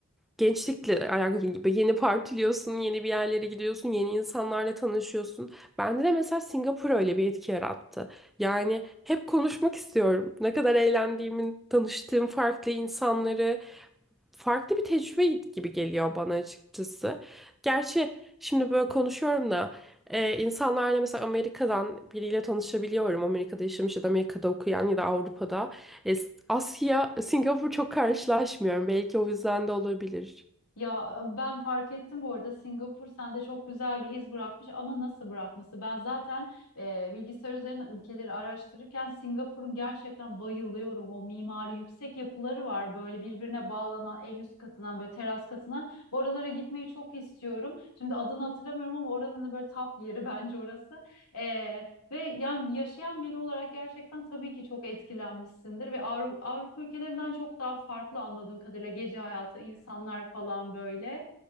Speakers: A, in the centre; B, on the left.
A: gençlikle alakalı gibi yeni partiliyorsun, yeni bir yerlere gidiyorsun, yeni insanlarla tanışıyorsun. Bende de mesela Singapur öyle bir etki yarattı. Yani hep konuşmak istiyorum. Ne kadar eğlendiğimi, tanıştığım farklı insanları, farklı bir tecrübe gibi geliyor bana açıkçası. Gerçi şimdi böyle konuşuyorum da e, insanlarla mesela Amerika'dan biriyle tanışabiliyorum. Amerika'da yaşamış ya da Amerika'da okuyan ya da Avrupa'da. E, Asya, Singapur çok karşılaşmıyorum. Belki o yüzden de olabilir.
B: Ya ben fark ettim bu arada Singapur sende çok güzel bir iz bırakmış ama nasıl bırakması? Ben zaten e, bilgisayar üzerinden ülkeleri araştırırken Singapur'un gerçekten bayılıyorum. O mimari yüksek yapıları var böyle birbirine bağlanan en üst katından böyle teras katından. Oralara gitmeyi çok istiyorum. Şimdi adını hatırlamıyorum ama oranın böyle tap yeri <laughs> bence orası. E, Ve yani yaşayan biri olarak gerçekten tabii ki çok etkilenmişsindir ve Avru- Avrupa ülkelerinden çok daha farklı anladığım kadarıyla gece hayatı, insanlar falan böyle.